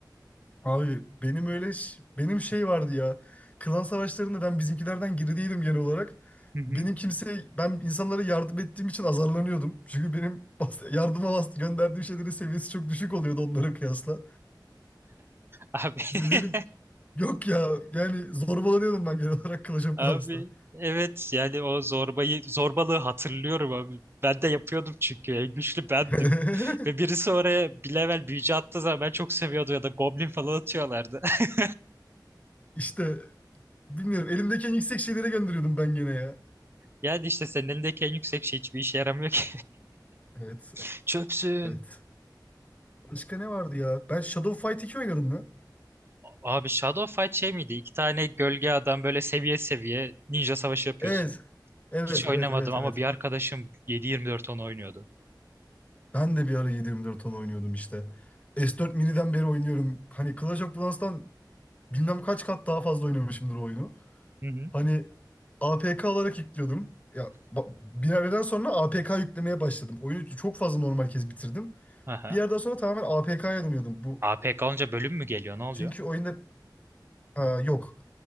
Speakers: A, on the left; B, on the right.
A: Abi benim öyle ş- benim şey vardı ya. Klan savaşlarında ben bizimkilerden geri değilim genel olarak.
B: Hı hı.
A: Benim kimse ben insanlara yardım ettiğim için azarlanıyordum. Çünkü benim bas- yardıma bas- gönderdiğim şeylerin seviyesi çok düşük oluyordu onlara kıyasla.
B: Abi,
A: Ve
B: <laughs>
A: benim yok ya yani zorbalanıyordum ben genel olarak Clash of
B: abi
A: Clans'ta.
B: evet yani o zorbayı zorbalığı hatırlıyorum abi. Ben de yapıyordum çünkü en güçlü bendim.
A: <laughs>
B: Ve birisi oraya bir level büyücü attığı zaman ben çok seviyordum ya da goblin falan atıyorlardı. <laughs>
A: İşte bilmiyorum elimdeki en yüksek şeylere gönderiyordum ben gene ya.
B: Yani işte senin elindeki en yüksek şey hiçbir işe yaramıyor ki.
A: Evet,
B: <laughs> Çöpsün.
A: evet. Başka ne vardı ya? Ben Shadow Fight 2 oynadım mı?
B: Abi Shadow Fight şey miydi? İki tane gölge adam böyle seviye seviye ninja savaşı yapıyorsun.
A: Evet. Evet,
B: Hiç oynamadım
A: evet, evet,
B: ama
A: evet.
B: bir arkadaşım 7-24 onu oynuyordu.
A: Ben de bir ara 7/24 ton oynuyordum işte. S4 Mini'den beri oynuyorum. Hani Clash of Clans'tan bilmem kaç kat daha fazla oynamışımdır o oyunu.
B: Hı hı.
A: Hani APK olarak yüklüyordum. Ya ba- bir yerden sonra APK yüklemeye başladım. Oyunu çok fazla normal kez bitirdim.
B: Aha.
A: Bir yerden sonra tamamen APK'ya dönüyordum. Bu
B: APK olunca bölüm mü geliyor? Ne oluyor?
A: çünkü oyunda Ha, yok.